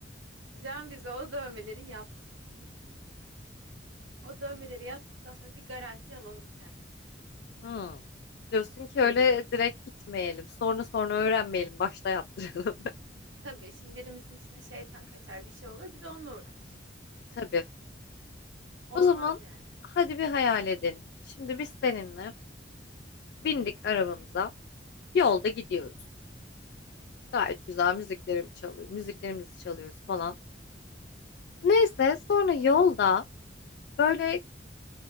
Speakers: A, on the right; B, on the left.
A: Can bize o dövmeleri yapsın. O dövmeleri yaptıktan sonra bir garanti alalım kendimizi.
B: Hı. Diyorsun ki öyle
A: Hı hı.
B: direkt gitmeyelim. Sonra sonra öğrenmeyelim. Başta yaptıralım.
A: Tabii şimdi birimizin içine şeytan kaçar bir şey olur bir de onunla uğraş.
B: <laughs> Tabii.
A: Olmaz
B: O zaman
A: yani.
B: hadi bir hayal edelim. Şimdi biz seninle bindik arabamıza. Yolda
A: Hı hı.
B: gidiyoruz.
A: Evet.
B: Gayet güzel müziklerimi çalıyor, müziklerimizi çalıyoruz falan. Neyse sonra yolda böyle
A: Hı hı.